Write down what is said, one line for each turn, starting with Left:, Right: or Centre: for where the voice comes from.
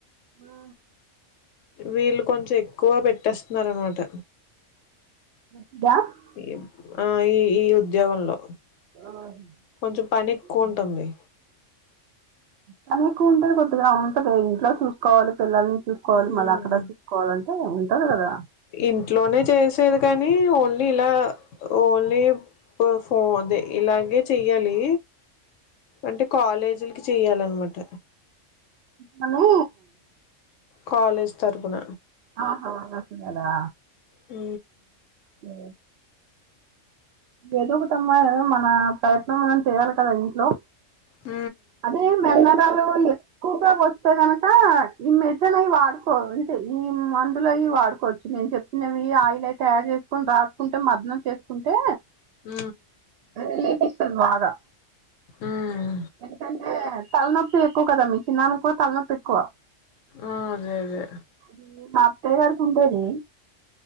Right: ఆ
Left: వీళ్ళు కొంచెం ఎక్కువ పెట్టేస్తున్నారు అనమాట
Right: వచ్చిద
Left: ఈ ఆ ఈ ఈ ఉద్యోగంలో
Right: <inaudible>
Left: కొంచెం పని ఎక్కువ ఉంటుంది
Right: పని కూడా కొద్దిగా ఉంటది ఇంట్లో చూసుకోవాలి పిల్లల్ని చూసుకోవాలి
Left: ఉమ్
Right: మళ్ళ అక్కడ చూసుకోవాలంటే ఉంటాది కదా
Left: ఇంట్లోనే చేసేది కానీ ఓన్లీ ఇలా ఓన్లీ పఫో అదే ఇలాగే చెయ్యాలి అంటే కాలేజీలకి చెయాలన్నమాట
Right: అని
Left: కాలేజ్ తరపున
Right: ఆహ గచ్చు కదా
Left: ఊ
Right: ఆ ఎదుగుతమ్మాయి కదా మన ప్రయత్నం మనం చేయాలి కదా ఇంట్లో
Left: ఊ
Right: అదే మెల్లగాలుంది ఎక్కువగా వస్తే గనక ఈ మెడిసైన్ అవి వాడుకో అంతె ఈ మందులు అయి వాడుకోవచ్చు నేను చెప్ నవి ఆయిల్ అయి తయారు చేసుకొని రాసుకుంటే మర్థన చేసుకుంటే
Left: ఊ
Right: అది రిలీఫ్ ఇస్తది బాగా
Left: ఉమ్
Right: ఎందుకంటే తలనొప్పి ఎక్కువ కదా మీ చిన్నన్నానికి కూడా తలనొప్పి ఎక్కువ
Left: ఆ అదే అదే
Right: అది మా అతె గారికి ఉండేది